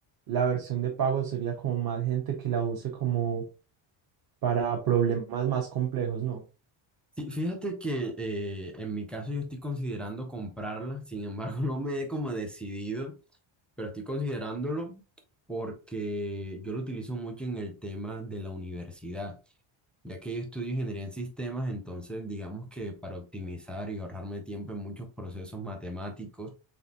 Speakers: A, on the right; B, in the centre.
A: la versión de pago sería como más gente que la use como para problemas más complejos, ¿no?
B: Sí, fíjate que eh, en mi caso yo estoy considerando comprarla, sin embargo <laughs> no me he como decidido, pero estoy considerándolo porque yo lo utilizo mucho en el tema de la universidad, ya que yo estudio ingeniería en sistemas, entonces digamos que para optimizar y ahorrarme tiempo en muchos procesos matemáticos,